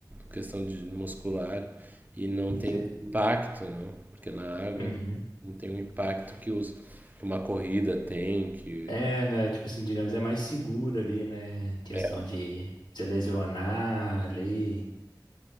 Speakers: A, on the right (about 20°); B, on the left (about 75°).
A: questão de muscular e não tem
B: Você-
A: impacto, não, porque na água
B: Uhum.
A: não tem o impacto que os que uma corrida tem, que
B: É, né? Tipo assim, digamos, é mais seguro ali, né? Em Questão
A: é,
B: de se lesionar ali.